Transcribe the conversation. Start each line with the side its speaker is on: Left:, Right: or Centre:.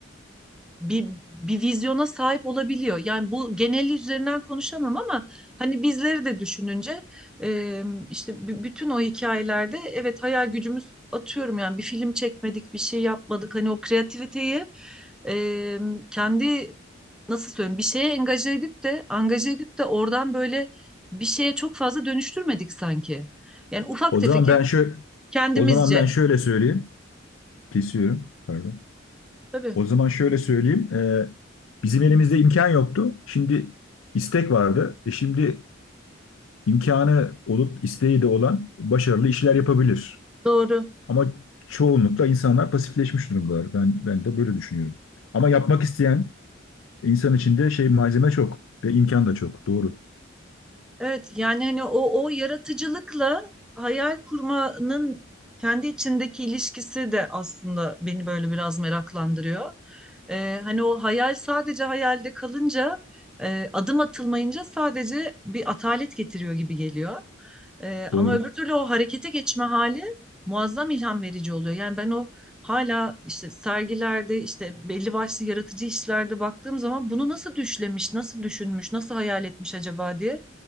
Centre: bir bir vizyona sahip olabiliyor. Yani bu geneli üzerinden konuşamam ama hani bizleri de düşününce e, işte b- bütün o hikayelerde evet hayal gücümüz atıyorum yani bir film çekmedik, bir şey yapmadık. Hani o kreativiteyi e, kendi nasıl söyleyeyim bir şeye engaje edip de angaje edip de oradan böyle bir şeye çok fazla dönüştürmedik sanki. Yani ufak
Left: O
Centre: tefek
Left: zaman
Centre: hep
Left: ben şöyle
Centre: kendimizce.
Left: o zaman ben şöyle söyleyeyim. Kesiyorum. Pardon.
Centre: Tabii
Left: O zaman şöyle söyleyeyim. Ee, bizim elimizde imkan yoktu. Şimdi istek vardı. E şimdi imkanı olup isteği de olan başarılı işler yapabilir.
Centre: doğru.
Left: Ama çoğunlukla insanlar pasifleşmiş durumdalar. Ben ben de böyle düşünüyorum. Ama yapmak isteyen insan içinde şey malzeme çok ve imkan da çok. Doğru.
Centre: Evet yani hani o o yaratıcılıkla hayal kurmanın kendi içindeki ilişkisi de aslında beni böyle biraz meraklandırıyor. Ee, hani o hayal sadece hayalde kalınca e, adım atılmayınca sadece bir atalet getiriyor gibi geliyor. Ee,
Left: Doğru.
Centre: ama öbür türlü o harekete geçme hali muazzam ilham verici oluyor. Yani ben o hala işte sergilerde işte belli başlı yaratıcı işlerde baktığım zaman bunu nasıl düşlemiş, nasıl düşünmüş, nasıl hayal etmiş acaba diye